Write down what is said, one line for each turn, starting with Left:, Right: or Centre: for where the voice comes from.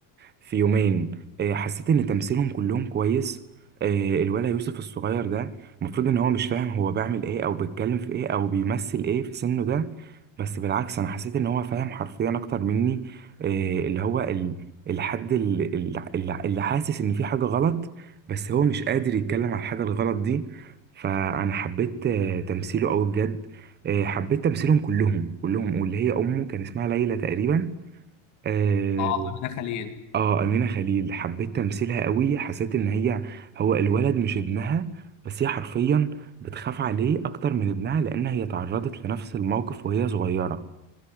Right: في يومين إيه، حسيت ان تمثيلهم كلهم كويس إيه، الولا يوسف الصغير ده المفروض ان هو مش فاهم هو بيعمل ايه او بيتكلم في ايه او بيمثل ايه في سنه ده بس بالعكس انا حسيت ان هو فاهم حرفيا اكتر مني إيه، اللي هو ال- الحد اللي, اللي اللي حاسس ان في حاجة غلط بس هو مش قادر يتكلم على الحاجة الغلط دي فانا حبيت آه، تمثيله قوي بجد آه، حبيت تمثيلهم كلهم كلهم واللي هي امه كان اسمها ليلى تقريبا اه
Left: اه امينه خليل
Right: آه، امينه خليل حبيت تمثيلها قوي حسيت ان هي هو الولد مش ابنها بس هي حرفيا بتخاف عليه اكتر من ابنها لان هي تعرضت لنفس الموقف وهي صغيره